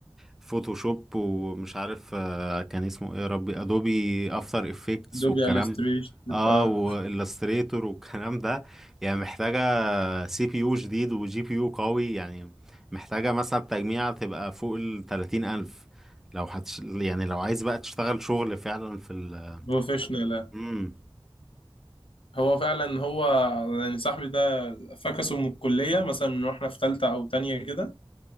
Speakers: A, in the centre; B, on the left.
A: فوتوشوب ومش عارف آه، كان اسمه ايه يا ربي ادوبي افتر افكتس
B: ادوبي
A: والكلام
B: الستريشن
A: Illustrator.
B: بتبقى
A: اه والستريتور والكلام ده يعني محتاجة سي بي يو جديد وجي بي يو قوي يعني محتاجة مثلا تجميعة تبقى فوق ال 30 ألف لو هتش... يعني لو عايز بقى تشتغل شغل فعلا في ال
B: بروفيشنال
A: مم.
B: هو فعلا هو يعني صاحبي ده فكسه من الكليه مثلا من واحنا في ثالثه او تانية كده